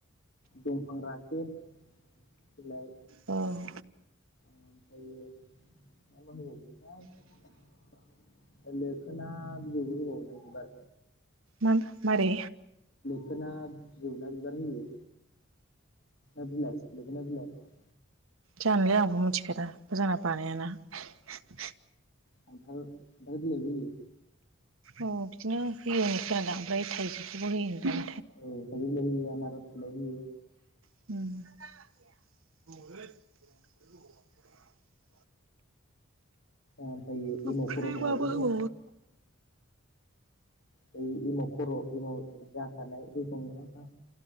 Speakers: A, on the left; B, on the right.
A: दंफां राखेब बिलाइ
B: अ ।
A: ओमफ्रायो मा मा होबावोमोनथाय? लोखोना बिजौबो होबावोन बिबार।
B: मा मारै?
A: बिखोना बिजौना बिबार होयो। आबदलाय लखिल आदलाय ।
B: जानलाय आंबो मिथिखादा मोजांना बानायाना ।
A: खान्थाल-खान्थाल गेलायबोयो।
B: अ बिदिनो होयो होनै खोनाना ओमफ्राय थाइजौखौबो होयो होनदों।
A: औ स लहयो आनारस लहयो।
B: <inaudible>
A: ओमफ्राय
B: ओमफ्राय
A: एमाव खर नङाब्राय
B: माबा होबावो
A: जाया। <unintelligible> खर' एमाव जाखानाय दै संग्राफ्रा